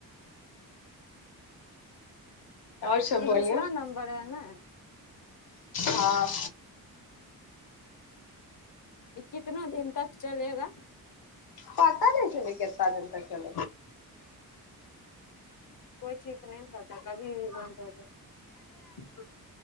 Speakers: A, on the left; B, on the left.
A: और सब बोलियौ
B: इ दूसरा नम्बर है ने
A: हँ
B: ये कितना दिन तक चलेगा
A: पता द चलू केतना दिन तक चल
B: कोइ ठीक नहि रहता कभी बन्द हो जा